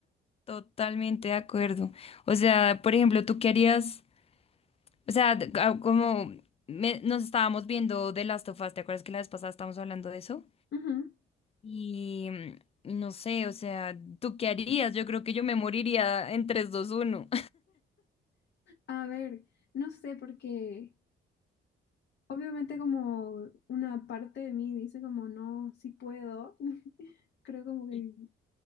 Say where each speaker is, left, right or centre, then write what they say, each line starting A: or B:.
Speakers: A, on the left; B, on the left.
A: Totalmente de acuerdo. O sea, por ejemplo, ¿tú qué harías? O sea, de- ah, como me- nos estábamos viendo de Last of Us, ¿te acuerdas que la vez pasada estábamos hablando de eso?
B: Ujú.
A: Y mm, y no sé, o sea, ¿tú qué harías? Yo creo que yo me moriría en tres, dos, uno.
B: A ver, no sé, porque obviamente como una parte de mí dice como, no, sí puedo. <laughs> Creo como que
A: <laughs>